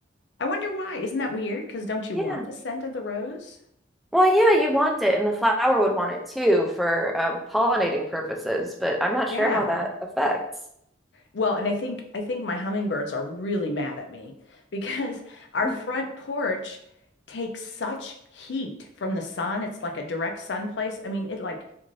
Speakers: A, on the left; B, in the centre.
A: I wonder why. Isn't that weird? Because don't you
B: Yeah.
A: want the scent of the rose?
B: Well, yeah, you want it and the flower would want it too for um pollinating purposes, but I'm not
A: Yeah.
B: sure how that affects.
A: Well, and I think I think my hummingbirds are really mad at me because <laughs> our
B: <laughs>
A: front porch takes such heat from the sun. It's like a direct sun place. I mean, it like